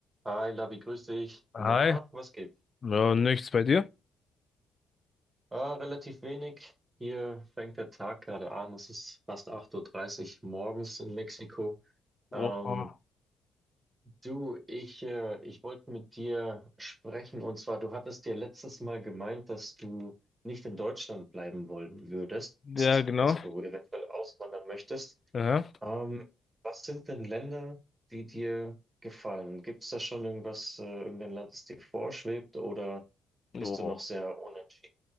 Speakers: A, on the right (about 20°); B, on the left (about 35°).
A: Hi Labi, grüß dich.
B: Hi,
A: Na, was geht?
B: ja, nichts bei dir?
A: Ah, relativ wenig. Hier fängt der Tag gerade an. Es ist fast 8.30 Uhr dreißig morgens in Mexiko. Ähm,
B: Oha.
A: Du, ich, äh, ich wollte mit dir sprechen und zwar, du hattest dir letztes Mal gemeint, dass du nicht in Deutschland bleiben wollen würdest,
B: Ja, genau.
A: dass du eventuell auswandern möchtest.
B: Ja.
A: Ähm, was sind denn Länder, die dir gefallen? Gibt es da schon irgendwas, äh, irgendein Land, das dir vorschwebt oder
B: Oh.
A: bist du noch sehr unentschieden?